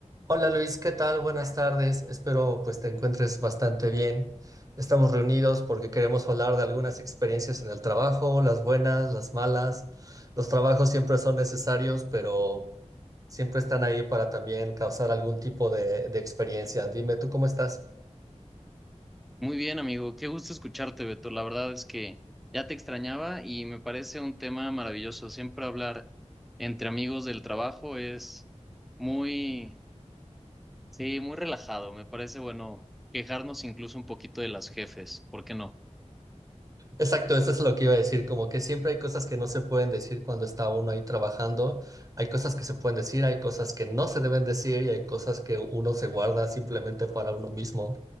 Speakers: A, on the right (about 30°); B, in the centre.
A: Hola Luis, ¿qué tal? Buenas tardes. Espero pues te encuentres bastante bien. Estamos reunidos porque queremos hablar de algunas experiencias en el trabajo, las buenas, las malas. Los trabajos siempre son necesarios, pero siempre están ahí para también causar algún tipo de, de experiencia. Dime, ¿tú cómo estás?
B: Muy bien, amigo. Qué gusto escucharte, Beto. La verdad es que ya te extrañaba y me parece un tema maravilloso. Siempre hablar entre amigos del trabajo es muy, sí, muy relajado. Me parece bueno quejarnos incluso un poquito de las jefes. ¿Por qué no?
A: Exacto, eso es lo que iba a decir, como que siempre hay cosas que no se pueden decir cuando está uno ahí trabajando, hay cosas que se pueden decir, hay cosas que no se deben decir y hay cosas que uno se guarda simplemente para uno mismo.